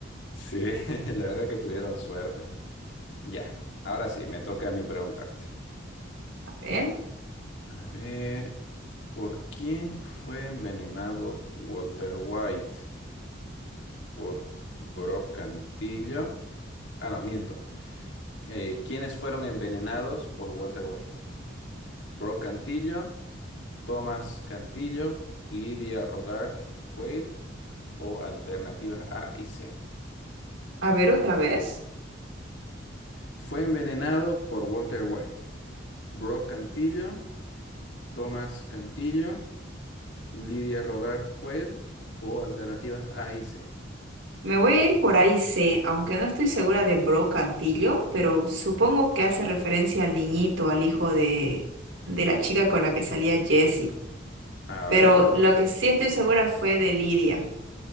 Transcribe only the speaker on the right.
A ver,
a ver otra vez.
Me voy a ir por ahí C, aunque no estoy segura de Brocantillo, pero supongo que hace referencia al niñito, al hijo de, de la chica con la que salía Jessie.
Pero
lo que sí estoy segura fue de Lidia.